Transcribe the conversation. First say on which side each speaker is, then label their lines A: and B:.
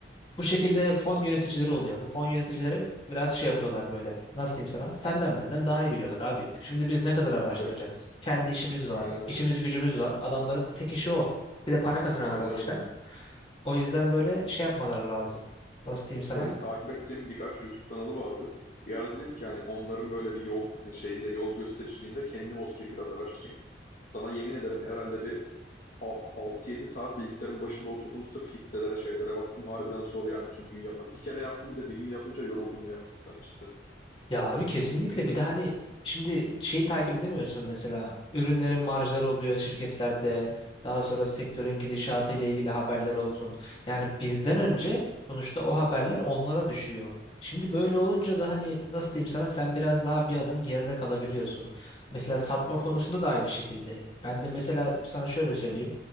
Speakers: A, on the left; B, on the left.
A: Bu şekilde fon yöneticileri oluyor. Bu fon yöneticileri biraz şey yapıyorlar böyle. Nasıl diyeyim sana? Senden benden daha iyi biliyorlar abi. Şimdi biz ne kadar araştıracağız?
B: Tabii.
A: Kendi işimiz var,
B: Aynen öyle.
A: işimiz gücümüz var. Adamların tek işi o. Bir de para kazanıyorlar
B: Aynen
A: bu
B: öyle.
A: işten. O yüzden böyle şey yapmaları lazım. Nasıl diyeyim sana?
B: benim takip ettiğim birkaç YouTube kanalı vardı. Bir ara dedim ki hani onların böyle bir yol hani, şeyinde yol göstericiliğinde kendim oturayım biraz araştırayım. Sana yemin ederim herhalde bir a- 6-7 saat bilgisayarın başında oturdum sırf hisselere şeylere baktım. Harbiden zor yani tüm gün yapmak. Bir kere yaptım bir de bir gün yapınca yoruldum yani ben cidden.
A: Ya abi kesinlikle bir de hani şimdi şeyi takip edemiyorsun mesela ürünlerin marjları oluyor şirketlerde daha sonra sektörün gidişatı ile ilgili haberler olsun. Yani bizden önce sonuçta o haberler onlara düşüyor. Şimdi böyle olunca da hani nasıl diyeyim sana sen biraz daha bir adım geride kalabiliyorsun. Mesela satma
B: Aynen öyle.
A: konusunda da aynı şekilde. Ben de mesela sana şöyle söyleyeyim.